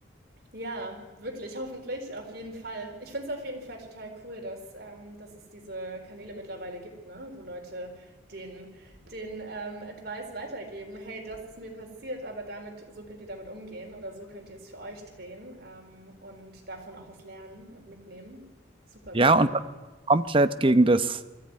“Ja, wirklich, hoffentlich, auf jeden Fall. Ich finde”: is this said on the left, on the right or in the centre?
Right